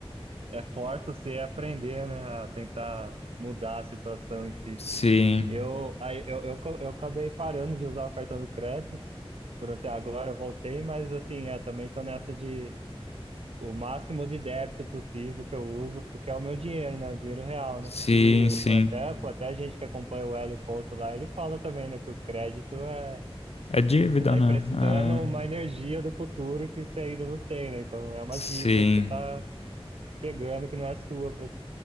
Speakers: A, on the right; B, on the left.
A: é forte você a aprender, né? A tentar mudar a situação em si.
B: sim,
A: Eu, aí, eu, eu, co- eu acabei parando de usar o cartão de crédito por até agora, eu voltei, mas assim, é, também tô nessa de o máximo de débito possível que eu uso, porque é o meu dinheiro, né? O dinheiro real,
B: sim,
A: né? E eu-
B: sim.
A: até, pô, até a gente que acompanha o Hélio Couto lá, ele fala também, né, que o crédito é.
B: É dívida,
A: Você está
B: né?
A: emprestando
B: É.
A: uma energia do futuro que você ainda não tem, né? Então é uma
B: Sim,
A: dívida que você está pegando que não é sua, pra-